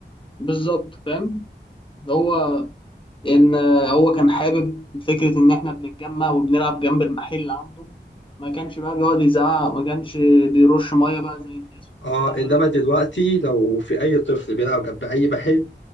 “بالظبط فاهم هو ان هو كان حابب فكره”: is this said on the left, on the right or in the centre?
Left